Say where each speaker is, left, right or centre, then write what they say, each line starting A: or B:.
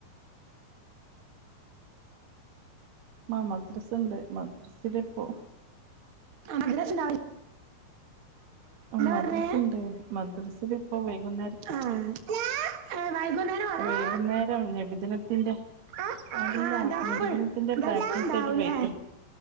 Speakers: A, on the right; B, on the right.
A: മാ മദ്രസണ്ട് മദ്രസിലെപ്പോ
B: മദ്രസ് ണ്ടാവല്
A: ഉം മദ്രസണ്ട്
B: പറഞ്ഞേ
A: മദ്രസിൽ ഇപ്പോ വൈകുന്നേര്
B: ആഹ് ആഹ് വൈകുന്നേരം മദ്രസ
A: വൈകുന്നേരം നബിദിനത്തിന്റെ
B: ആ ആ
A: അല്ല
B: ആ ദഫ്
A: നബിദിനത്തിന്റെ പ്രാക്ടീസ്
B: ദഫ് ഉണ്ടാവൂലേ
A: ആയിട്ട് പോയിക്ക്ണ്